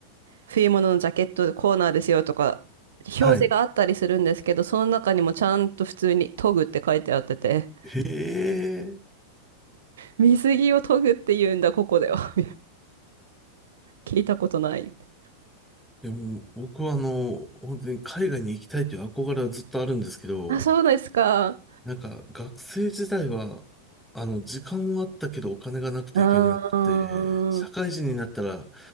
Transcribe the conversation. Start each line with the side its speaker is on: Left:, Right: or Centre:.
Right: 冬物のジャケットコーナーですよとか、表示があったりするんですけど、
Centre: はい。
Right: その中にもちゃんと普通にトグって書いてあってて、
Centre: へえ。
Right: 水着をトグって言うんだ、ここでは聞いたことないみたい
Centre: でも僕はあの、本当に海外に行きたいという憧れはずっとあるんですけど、
Right: なあ、そうですか。う
Centre: なんか学生時代は、あの、時間はあったけどお金がなくていけなくて、
Right: ーん。
Centre: 社会人になったら
Right: うん